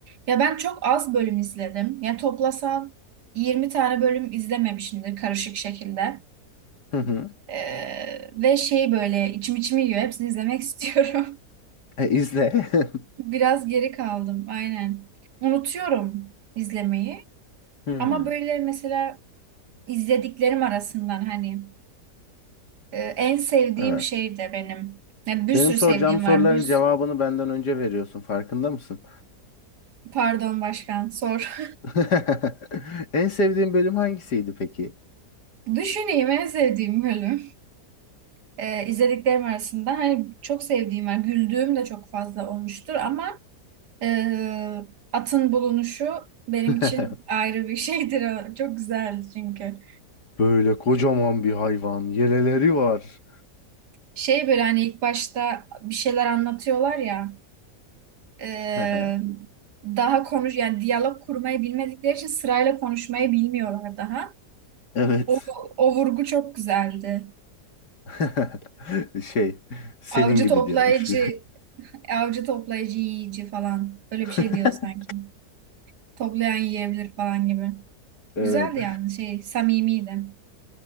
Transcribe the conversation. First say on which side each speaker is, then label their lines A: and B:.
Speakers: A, on the right; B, on the left.
A: Ya ben çok az bölüm izledim. Ya toplasan 20 tane bölüm izlememişimdir karışık şekilde.
B: Hı hı.
A: Ee, ve şey böyle içim içimi yiyor. Hepsini izlemek <laughs> istiyorum.
B: E, izle. <laughs>
A: Biraz geri kaldım aynen. Unutuyorum izlemeyi
B: Hmm,
A: ama böyle mesela izlediklerim arasından hani e, en sevdiğim
B: Evet.
A: şey de benim. Ya bir
B: Benim
A: sürü
B: soracağım
A: sevdiğim
B: soruların
A: var. Bir s-
B: cevabını benden önce veriyorsun. Farkında mısın?
A: pardon başkan sor.
B: <laughs> En sevdiğin bölüm hangisiydi peki?
A: <laughs> Düşüneyim en sevdiğim bölüm. E, izlediklerim arasında hani çok sevdiğim var. Güldüğüm de çok fazla olmuştur ama e, atın bulunuşu benim
B: <laughs>
A: için ayrı bir <laughs> şeydir. O Çok güzeldi çünkü.
B: Böyle kocaman bir hayvan. Yeleleri var.
A: Şey böyle hani ilk başta bir şeyler anlatıyorlar ya e,
B: <laughs>
A: daha konuş yani diyalog kurmayı bilmedikleri için sırayla konuşmayı bilmiyorlar daha.
B: Evet.
A: O, o vurgu çok güzeldi.
B: <laughs> Şey, senin
A: Avcı
B: gibi
A: toplayıcı,
B: diyormuş.
A: avcı toplayıcı yiyici falan. Öyle
B: <laughs>
A: bir şey diyor sanki. Toplayan yiyebilir falan gibi.
B: Evet.
A: Güzeldi yani şey samimiydi.